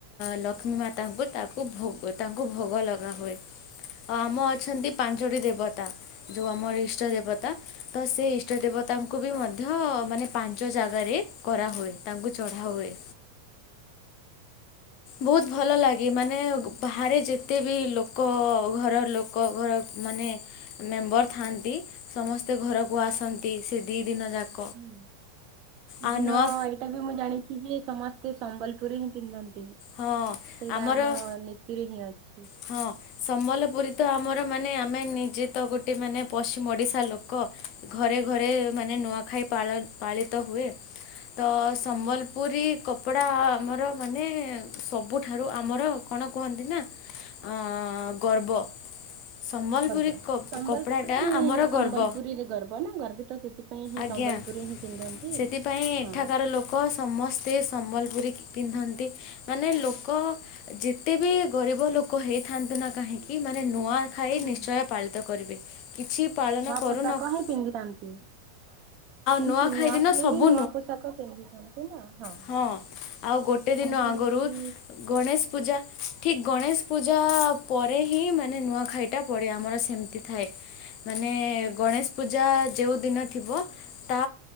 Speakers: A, on the left (about 40°); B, on the right (about 40°).
A: ଲକ୍ଷ୍ମୀ ମାତାଙ୍କୁ ତାକୁ ଭୋଗ ତାଙ୍କୁ ଭୋଗ ଲଗାହୁଏ। ହ ଆମ ଅଛନ୍ତି ପାଞ୍ଚଟି ଦେବତା ଯେଉ ଆମ ଇଷ୍ଟ ଦେବତା। ତ ସେ ଇଷ୍ଟ ଦେବତାଙ୍କୁ ବି ମଧ୍ୟ ମାନେ ପାଞ୍ଚ ଜାଗାରେ କରାହୁଏ ତାଙ୍କୁ ଚଢ଼ାହୁଏ। ବହୁତ ଭଲ ଲାଗେ ମାନେ ବାହାରେ ଯେତେ ବି ଲୋକ ଘର ଲୋ ଙ୍କ ଘର ମାନେ ମେମ୍ବର ଥାଆନ୍ତି। ସମସ୍ତେ ଘରକୁ ଆସନ୍ତି ସେ ଦିଇ ଦିନ ଯାକ
B: ହୁଁ ସେଦିନ
A: ଆଉ ନୂଆ
B: ଏଇଟା ବି ମୁଁ ଜାଣିଛି ଯେ ସମସ୍ତେ ସମ୍ବଲପୁରୀ ହିଁ ପିନ୍ଧନ୍ତି। ସେଇଟା
A: ହଁ ଆମର
B: ଆମ ନୀତିରେ ହିଁ ଅଛି।
A: ହଁ। ସମ୍ବଲପୁରୀ ତ ଆମର ମାନେ ଆମେ ନିଜେ ତ ଗୋଟେ ମାନେ ପଶ୍ଚିମ ଓଡ଼ିଶା ଲୋକ। ଘରେ ଘରେ ମାନେ ନୂଆଖାଇ ପାଳନ ପାଳିତ ହୁଏ। ତ ସମ୍ବଲପୁରୀ କପଡ଼ା ଆମର ମାନେ ସବୁଠାରୁ ଆମର କଣ କୁହନ୍ତି ନା ଆଁ ଗର୍ବ। ସମ୍ବଲପୁରୀ
B: ଗର୍ବ ସମ୍ବଲପୁରୀ
A: କପଡ଼ାଟା ଆମର
B: ସମ୍ବଲପୁରୀରେ
A: ଗର୍ବ
B: ଗର୍ବ ନା ଗର୍ବିତ ସେଥି ପାଇଁ ହିଁ
A: ଆଜ୍ଞା।
B: ସମ୍ବଲପୁରୀ ହିଁ ପିନ୍ଧନ୍ତି
A: ସେଥିପାଇଁ ଏଠାକାର
B: ହଁ।
A: ଲୋକ ସମସ୍ତେ ସମ୍ବଲପୁରୀ ପିନ୍ଧନ୍ତି ମାନେ ଲୋକ ଯେତେ ବି ଗରିବ ଲୋକ ହେଇଥାନ୍ତୁ ନା କାହିଁକି ମାନେ ନୂଆ ଖାଇ
B: ହୁଁ,
A: ନିଶ୍ଚୟ ପାଳିତ କରିବେ କିଛି ପାଳନ
B: ନୂଆ
A: କରୁନକ
B: ପୋଷାକ ହିଁ ପିନ୍ଧିଥାନ୍ତି ସେମିତି
A: ନୂଆଖାଇ
B: ନୂଆଖାଇରେ
A: ଦିନ ସବୁ
B: ନୂଆ ପୋଷାକ ପିନ୍ଧିଥାନ୍ତି ନା ହଁ।
A: ହଁ ଆଉ ଗୋଟେ
B: କାହିଁକି
A: ଦିନ ଆଗରୁ
B: ନା ସେଠି
A: ଗଣେଶ ପୂଜା ଠିକ ଗଣେଶ ପୂଜା ପରେ ହିଁ ମାନେ ନୂଆଖାଇଟା ପଡ଼େ ଆମର ସେମ ଥାଏ ମାନେ ଗଣେଶ ପୂଜା ଯେଉଁ ଦିନ ଥିବ। ତା